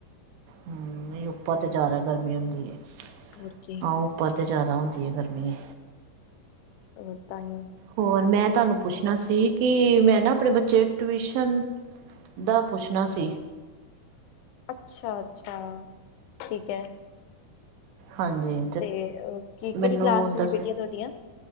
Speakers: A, on the right; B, on the left.
A: ਨਹੀ ਉਪਰ ਤੇ ਜ਼ਿਆਦਾ ਗਰਮੀ ਹੁੰਦੀ ਹੈ।
B: ਹੋਰ ਕੀ
A: ਹਾਂ, ਉਪਰ ਤੇ ਜ਼ਿਆਦਾ ਹੁੰਦੀ ਹੈ, ਗਰਮੀ
B: ਉਹ ਤਾਂਹੀ
A: ਹੋਰ, ਮੈਂ ਤੁਹਾਨੂੰ ਪੁੱਛਣਾ ਸੀ। ਕਿ ਮੈਂ ਨਾ ਆਪਣੇ ਬੱਚੇ ਦੀ ਟਿਊਸ਼ਨ ਦਾ ਪੁੱਛਣਾ ਸੀ।
B: ਅੱਛਾ, ਅੱਛਾ, ਠੀਕ ਹੈ।
A: ਹਾਂਜੀ।
B: ਤੇ ਕੀ ਕਿਹੜੀ
A: ਮੈਨੂੰ
B: ਕਲਾਸ ਚ
A: ਦੱਸ
B: ਨੇ ਬੇਟੀਆਂ ਤੁਹਾਡੀਆਂ।